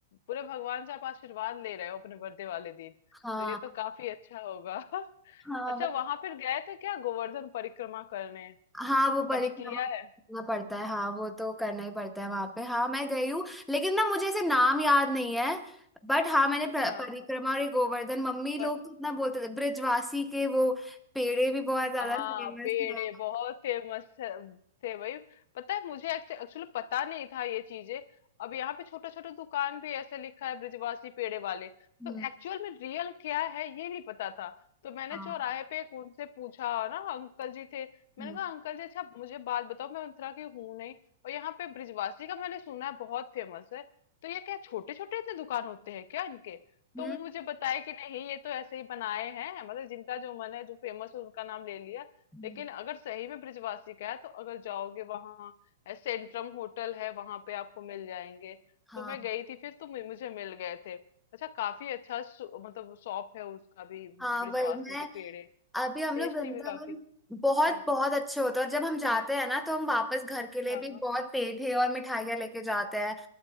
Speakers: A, on the left; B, in the centre.
A: पूरे भगवान से आप आशीर्वाद ले रहे हो अपने बर्थडे वाले दिन
B: हाँ
A: तो ये तो काफी अच्छा होगा <laughs>
B: हाँ
A: अच्छा
B: मतलब
A: वहां फिर गए थे क्या गोवर्धन परिक्रमा करने
B: हाँ वो परिक्रमा
A: कभी किया
B: करना
A: है
B: पड़ता है हाँ वो तो करना ही पड़ता है वहां पे हाँ मैं गई हूँ लेकिन ना मुझे ऐसे नाम याद नहीं है बट हाँ मैंने प्र-
A: हाँ
B: परिक्रमा और ये गोवर्धन मम्मी लोग
A: हाँ
B: तो इतना बोलते थे ब्रिजवासी के वो पेड़े भी बहुत ज्यादा
A: हाँ
B: फेमस
A: पेड़े
B: है
A: बहुत फेमस थे भाई पता है मुझे एक्चुअली पता नहीं था ये चीजें अब यहाँ पे छोटा छोटा दुकान भी ऐसे लिखा है ब्रिजवासी पेड़े वाले
B: हम्म
A: तो एक्चुअल में रियल क्या है ये नहीं पता था तो मैंने
B: हाँ
A: चौराहे पे एक उनसे पूछा ना अंकल जी थे मैंने
B: हम्म
A: कहा अंकल जी अच्छा मुझे बात बताओ मैं उतरा की हूँ नहीं और यहाँ पे ब्रिजवासी का मैंने सुना है बहुत फेमस है तो ये क्या छोटे छोटे इतने दुकान होते हैं क्या इनके
B: हम्म,
A: तो वो मुझे बताए कि नहीं ये तो ऐसे ही बनाए हैं मतलब जिनका जो मन है जो फेमस है उनका नाम ले लिया
B: हम्म,
A: लेकिन अगर सही में ब्रिजवासी का है तो अगर जाओगे वहां सेंट्रम होटल है वहां पे आपको मिल जाएंगे
B: हाँ
A: तो मैं गई थी फिर तो मु- मुझे मिल गए थे अच्छा काफी अच्छा सु- मतलब शॉप है उसका भी
B: हाँ
A: ब्रिजवासी
B: वही मैं
A: के पेड़े
B: अभी हम
A: टेस्टी
B: लोग वृंदावन
A: भी काफी
B: बहुत
A: हम्म
B: बहुत अच्छे होते हैं और जब हम जाते हैं ना तो हम वापस घर के लिए
A: हाँ
B: भी बहुत पेठे और मिठाइयाँ लेके जाते हैं